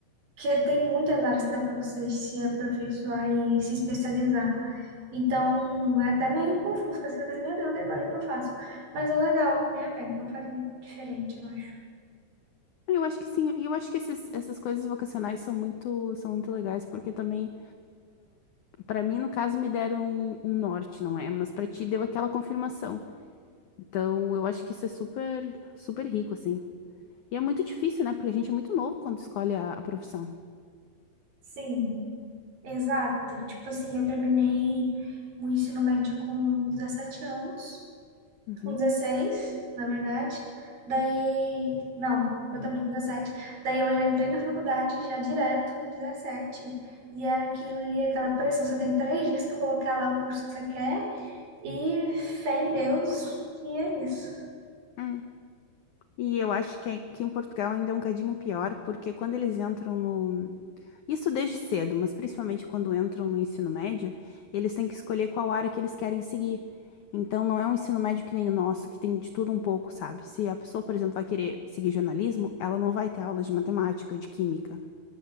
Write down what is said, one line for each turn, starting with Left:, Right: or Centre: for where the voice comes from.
Right: Que tem muitas áreas que dá para você se aperfeiçoar e se especializar. Então, é até meio confuso, porque você fica assim, meu Deus, e agora o que eu faço? Mas é legal, não me arrependo, não faria diferente, eu acho.
Left: Eu acho que sim, e eu acho que esses, essas coisas vocacionais são muito, são muito legais, porque também para mim, no caso, me deram um, um norte, não é? Mas para ti deu aquela confirmação. Então, eu acho que isso é super, super rico, assim. E é muito difícil, né? Porque a gente é muito novo quando escolhe a, a profissão.
Right: Sim, exato. Tipo assim, eu terminei o ensino médio com 17 anos.
Left: Uhum.
Right: com 16, na verdade. Daí, não, eu também com 17. Daí eu já entrei na faculdade já direto com 17. E é aquilo ali, aquela pressão, você tem três dias para colocar lá o curso que você quer e fé em Deus, e é isso.
Left: Hum. E eu acho que aqui em Portugal ainda é um cadinho pior, porque quando eles entram no, Isso desde cedo, mas principalmente quando entram no ensino médio, eles têm que escolher qual área que eles querem seguir. Então, não é um ensino médio que nem o nosso, que tem de tudo um pouco, sabe? Se a pessoa, por exemplo, vai querer seguir jornalismo, ela não vai ter aulas de matemática, de química.